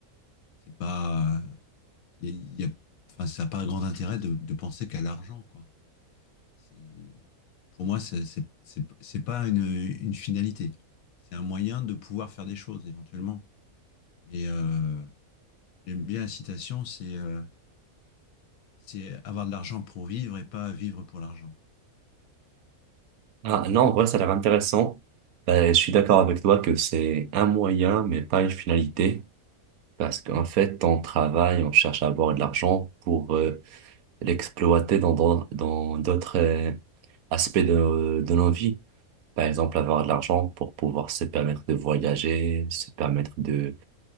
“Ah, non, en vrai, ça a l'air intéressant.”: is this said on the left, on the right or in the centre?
Right